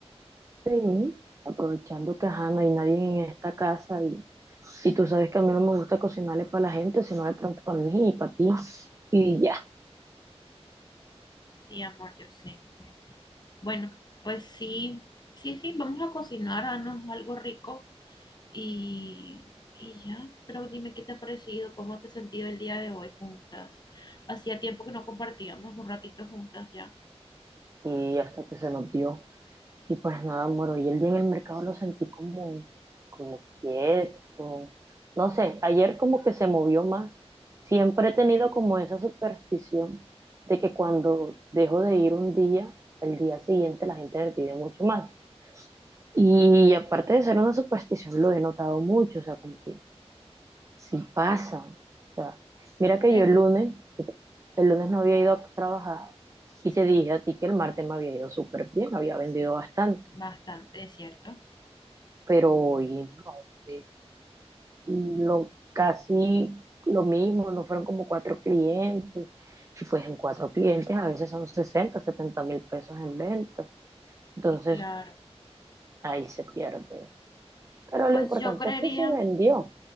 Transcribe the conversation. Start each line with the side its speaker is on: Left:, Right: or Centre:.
Right: Sí, aprovechando que ajá, no hay nadie en esta casa y Y tú sabes que a mí no me gusta cocinarle para la gente, sino de pronto para mí y para ti. Y ya,
Left: Sí, amor, yo sé. Bueno, pues sí, sí, sí, vamos a cocinarnos algo rico. Y, y ya, pero dime qué te ha parecido, cómo te has sentido el día de hoy juntas. Hacía tiempo que no compartíamos un ratito juntas ya.
Right: y hasta que se nos dio. Y pues nada, amor, y el día en el mercado lo sentí como, como quieto. No sé, ayer como que se movió más. Siempre he tenido como esa superstición de que cuando dejo de ir un día, el día siguiente la gente me pide mucho más. Y aparte de ser una superstición, lo he notado mucho, o sea, como que sí pasa. O sea, mira que
Left: Eh,
Right: yo el lunes, el lunes no había ido a trabajar y
Left: Sí,
Right: te dije a ti que el martes me había ido súper bien, había
Left: sí,
Right: vendido bastante,
Left: bastante, es ¿cierto?
Right: pero hoy no, eh, lo, casi lo mismo, no fueron como cuatro clientes. Si fuesen cuatro clientes, a veces son 60 70 mil pesos en venta.
Left: Sí,
Right: Entonces,
Left: claro.
Right: ahí se pierde. Pero
Left: Pues
Right: lo importante
Left: yo creería,
Right: es que se vendió.